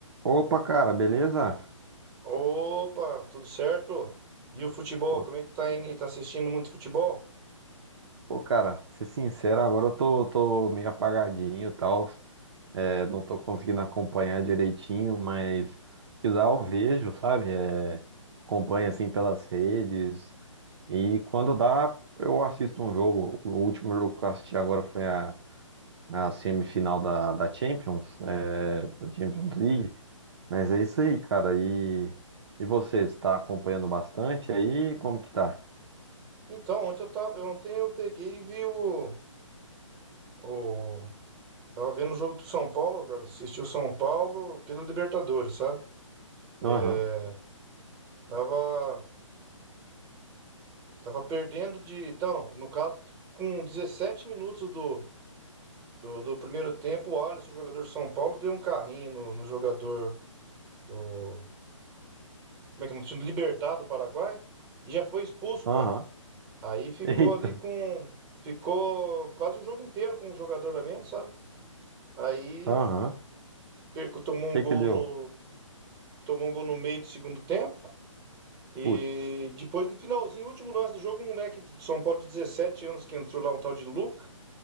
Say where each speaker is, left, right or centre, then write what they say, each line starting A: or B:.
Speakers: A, on the right; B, on the right.
A: Opa, cara, beleza?
B: Opa, tudo certo? E o futebol,
A: Pô,
B: como é que tá indo? Tá assistindo muito futebol?
A: pô, cara, ser sincero, agora eu tô, tô meio apagadinho e tal. É, não tô conseguindo acompanhar direitinho, mas o que dá eu vejo, sabe? É, acompanho assim pelas redes. E quando dá, eu assisto um jogo. O último jogo que eu assisti agora foi a, a semifinal da, da Champions, é, da Champions League. Mas é isso aí, cara. E, e você, está acompanhando bastante aí? Como que tá?
B: Então, ontem eu tava, ontem eu peguei e vi o, o tava vendo o jogo do São Paulo, cara, assisti o São Paulo pela Libertadores, sabe? É,
A: Aham,
B: tava tava perdendo de, então, no caso, com 17 minutos do, do, do primeiro tempo, o Alisson, o jogador de São Paulo, deu um carrinho no, no jogador do, como é que é, o time do time? Libertad do Paraguai e já foi expulso,
A: aham.
B: cara. Aí ficou
A: Eita,
B: ali com. Ficou quase o jogo inteiro com um jogador a menos, sabe? Aí
A: aham.
B: perco, tomou
A: O
B: um
A: que
B: gol
A: que deu?
B: no, tomou um gol no meio do segundo tempo. E
A: Putz,
B: depois, no finalzinho, último lance do jogo, um moleque de São Paulo de 17 anos que entrou lá, um tal de Luca,